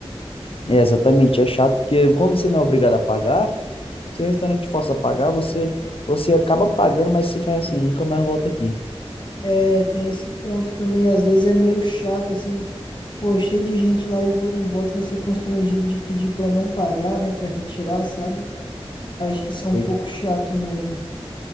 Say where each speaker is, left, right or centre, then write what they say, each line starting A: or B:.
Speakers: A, on the left; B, on the left.
A: É, exatamente, é chato, porque como você não é obrigado a pagar, se o restaurante te força a pagar, você, você acaba pagando, mas você fala assim, eu nunca mais volto aqui.
B: É, tem esse ponto também. Às vezes é meio chato, assim, pô, cheio de gente lá e vo- em volta você constrangido de pedir pra não pagar, né? Pra retirar, sabe? Acho que isso é um
A: Foi.
B: pouco chato mesmo.